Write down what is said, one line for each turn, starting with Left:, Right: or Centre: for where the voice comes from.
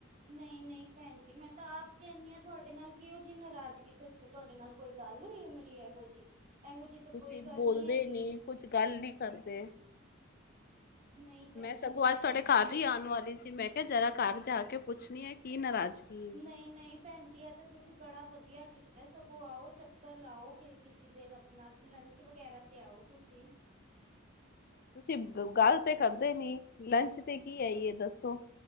Right: ਨਹੀਂ-ਨਹੀਂ ਭੈਣ ਜੀ ਮੈਂ ਤਾਂ ਆਪ ਕਹਿੰਦੀ ਹਾਂ ਤੁਹਾਡੇ ਨਾਲ ਕਿਹੋ ਜਿਹੀ ਨਾਰਾਜ਼ਗੀ ਦੱਸੋ। ਤੁਹਾਡੇ ਨਾਲ ਕੋਈ ਗੱਲ ਹੋਈ ਹੈ ਮੇਰੀ ਇਹੋ ਜਿਹੀ, ਇਹੋ ਜਿਹੀ
Left: ਤੁਸੀਂ
Right: ਤਾਂ ਕੋਈ ਗੱਲ
Left: ਬੋਲਦੇ
Right: ਨਹੀਂ ਹੈਗੀ।
Left: ਨੀ ਕੁਛ ਗੱਲ ਨੀ ਕਰਦੇ।
Right: ਨਹੀਂ ਭੈਣ
Left: ਮੈਂ
Right: ਜੀ
Left: ਸਗੋਂ
Right: ਨਹੀਂ
Left: ਅੱਜ ਤੁਹਾਡੇ
Right: ਇਹੋ ਜਿਹੀ
Left: ਘਰ ਹੀ ਆਉਣ ਵਾਲੀ ਸੀ ਮੈਂ ਜਰਾ ਘਰ ਜਾ ਕੇ ਪੁੱਛਣੀ ਆ ਕੀ ਨਾਰਾਜ਼ਗੀ
Right: ਨਹੀਂ
Left: ਏ।
Right: ਨਹੀਂ ਭੈਣ ਜੀ ਆ ਤਾ ਤੁਸੀ ਬੜਾ ਵਧੀਆ ਕੀਤਾ ਸਗੋਂ ਆਓ ਚੱਕਰ ਲਾਓ ਕਿ ਕਿਸੇ ਦਿਨ ਆਪਣਾ ਲੰਚ ਵਗੈਰਾ ਤੇ ਆਓ ਤੁਸੀ।
Left: ਤੁਸੀਂ ਗੱਲ ਤੇ ਕਰਦੇ ਨੀ ਲੰਚ ਤੇ ਕੀ ਆਈਏ ਦੱਸੋ?